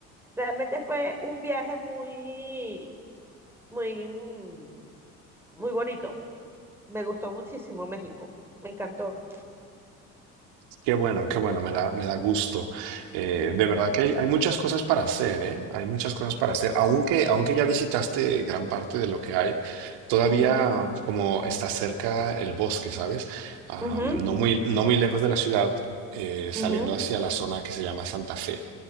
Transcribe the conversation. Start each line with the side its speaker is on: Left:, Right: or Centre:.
Centre: Realmente fue un viaje muy muy, mm, muy bonito. Me gustó muchísimo México. Me encantó.
Right: Qué bueno, qué bueno, me da, me da gusto. Eh,
Centre: Mm,
Right: de verdad
Centre: mm,
Right: que hay, hay muchas cosas para hacer, ¿eh? Hay muchas cosas para hacer. Aunque, aunque ya visitaste gran parte de lo que hay, todavía
Centre: mm, mm,
Right: como está cerca el bosque, ¿sabes? Ah,
Centre: ujú,
Right: no muy, no muy lejos de la ciudad, eh, saliendo
Centre: ujú,
Right: hacia la zona que se llama Santa Fe.